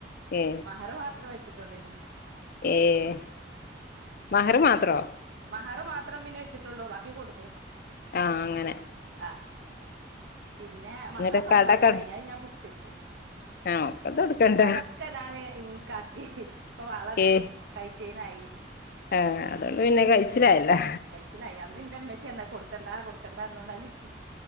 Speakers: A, on the left (about 55°); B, on the right (about 75°).
A: ഏ
B: മഹറ് മാത്രം വെച്ചിട്ടൊള്ളീനിം
A: ഏഹ് മഹറ് മാത്രോ
B: മഹറ് മാത്രം പിന്നെ വെച്ചിട്ടൊള്ളൂ ബാക്കി കൊടുത്തു
A: ആ അങ്ങനെ
B: അഹ് പിന്നെ മക്കളെ
A: എന്നിട്ട്
B: സ്വർണ്ണൊക്കെ
A: കടക്ക
B: ഇണ്ടായ്നി അഅ് ഞാൻ പുട്ച്ചെച്ച്
A: ആ ഒക്കത് കൊടുക്കണ്ട
B: ഇപ്പ അതൊക്കെ ഞാന് ഇൻകാ ഇഹ് ഇപ്പ വളണ്ട്
A: ഏ
B: കൈചെയിനായി
A: ഏ അതുകൊണ്ട് പിന്നെ കയിച്ചിലായല്ലോ
B: <unintelligible> അന്ന് ന്റെ അമ്മച്ചി ആർന്ന് അഹ് കൊടുക്കണ്ട കൊടുക്കണ്ടാർന്നോണ്ട് അഹ് കിട്ടി